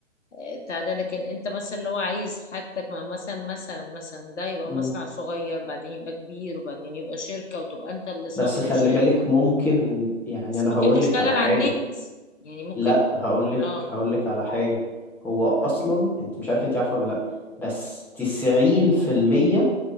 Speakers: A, on the left; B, in the centre.
A: آه، بتاع ده لكن انت مثلا لو عايز حاجتك مع مثلا مثلا مثلا ده يبقى
B: امم
A: مصنع صغير بعدين يبقى كبير وبعدين يبقى شركة وتبقى انت اللي صاحب
B: بس خلي
A: الشركة
B: بالك ممكن يعني
A: بس
B: انا
A: ممكن
B: هقولك
A: تشتغل
B: على حاجة
A: على النت يعني ممكن
B: لا هقولك
A: اه
B: هقولك على حاجة هو اصلا انت مش عارف انت عارفة ولا لا بس تسعين في المية